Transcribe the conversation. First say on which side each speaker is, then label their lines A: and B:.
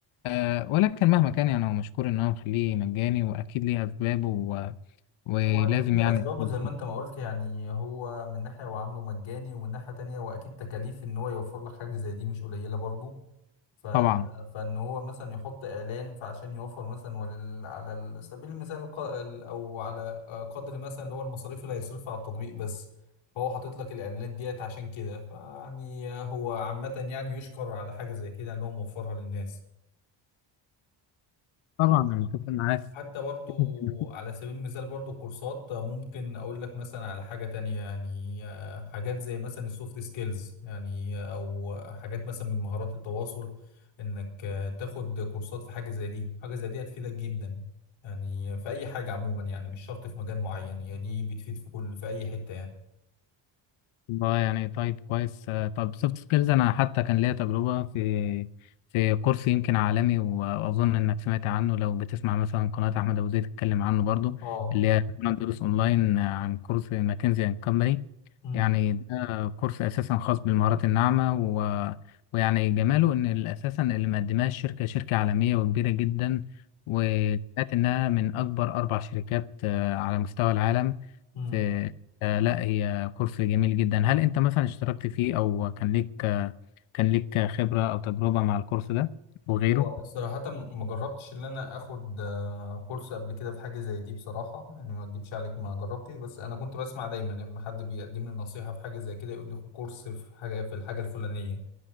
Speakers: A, on the left; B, on the left.
A: آه، ولكن مهما كان يعني هو مشكور إن هو مخليه مجاني وأكيد ليه أسبابه و... ولازم
B: هو أكيد ليه
A: يعني
B: أسبابه
A: <laughs>
B: زي ما أنت ما قلت يعني هو من ناحية هو عامله مجاني ومن ناحية تانية وأكيد تكاليف إن هو يوفر لك حاجة زي دي مش قليلة برضه ف...
A: طبعا
B: فإن هو مثلا يحط إعلان فعشان يوفر مثلا ولل... على ال- سبيل المثال ق... ال- أو على آه، قدر مثلا اللي هو المصاريف اللي هيصرفها على التطبيق بس فهو حاطط لك الإعلانات ديت عشان كده فيعني هو عامة يعني يشكر على حاجة زي كده إن هو موفرها للناس
A: طبعا أنا متفق معاك
B: حتى برضو
A: <laughs>
B: على سبيل المثال برضو كورسات ممكن اقول لك مثلا على حاجة تانية يعني آه، حاجات زي مثلا السوفت سكيلز يعني آه، او حاجات مثلا من مهارات التواصل انك آه، تاخد كورسات في حاجة زي دي حاجة زي دي هتفيدك جدا يعني في اي حاجة عموما يعني مش شرط في مجال معين هي دي بتفيد في كل في اي حتة يعني
A: والله يعني طيب كويس آه، طب سوفت سكيلز أنا حتى كان ليا تجربة في في كورس يمكن عالمي وأظن إنك سمعت عنه لو بتسمع مثلا قناة أحمد أبو زيد تتكلم عنه برضو
B: اه
A: اللي هي قناة دروس أونلاين آه، عن كورس ماكنزي أند كومباني
B: امم
A: يعني ده كورس اساسا خاص بالمهارات الناعمه و... ويعني جماله ان ال- اساسا اللي مقدماه الشركه شركه عالميه وكبيره جدا وسمعت انها من اكبر اربع شركات آه، على مستوى العالم
B: امم
A: في آه، لا هي كورس جميل جدا هل انت مثلا اشتركت فيه او كان ليك آه، كان ليك خبره او تجربه مع الكورس ده وغيره
B: هو صراحة ما جربتش إن أنا آخد آه، كورس قبل كده في حاجة زي دي بصراحة يعني ما أكدبش عليك ما جربتش بس أنا كنت بسمع دايما لما حد بيقدم لي نصيحة في حاجة زي كده يقول لي خد كورس في حاجة في الحاجة الفلانية